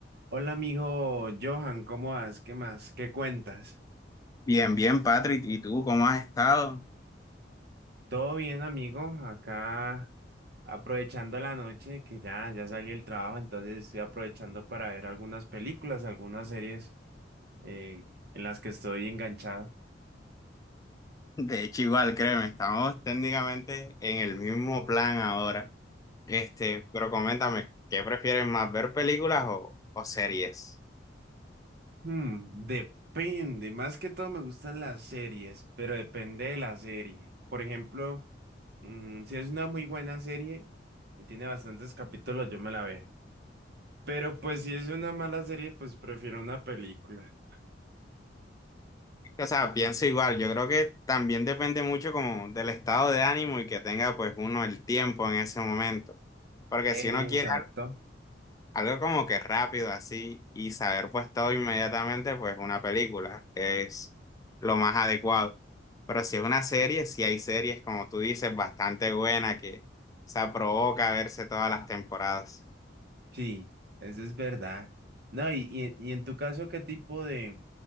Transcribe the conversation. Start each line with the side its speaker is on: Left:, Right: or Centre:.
Right: Hola amigo Johan, ¿cómo vas? ¿Qué más? ¿Qué cuentas?
Left: Bien, bien, Patrick. ¿Y tú cómo has estado?
Right: Todo bien amigo, acá aprovechando la noche que ya, ya salí del trabajo, entonces estoy aprovechando para ver algunas películas, algunas series eh, en las que estoy enganchado.
Left: <laughs> De hecho, igual, créeme, estamos técnicamente en el mismo plan ahora. Este, pero coméntame, ¿qué prefieres más, ver películas o, o series?
Right: Hmm, depende, más que todo me gustan las series, pero depende de la serie. Por ejemplo, mm, si es una muy buena serie y tiene bastantes capítulos, yo me la veo. Pero pues si es una mala serie, pues prefiero una película.
Left: O sea, pienso igual, yo creo que también depende mucho como del estado de ánimo y que tenga pues uno el tiempo en ese momento. Porque si
Right: Exacto,
Left: uno quiere Algo como que rápido así y saber pues todo inmediatamente pues una película es lo más adecuado. Pero si es una serie, si hay series como tú dices bastante buena que se provoca verse todas las temporadas.
Right: sí, eso es verdad. No, y, y, y en tu caso, ¿qué tipo de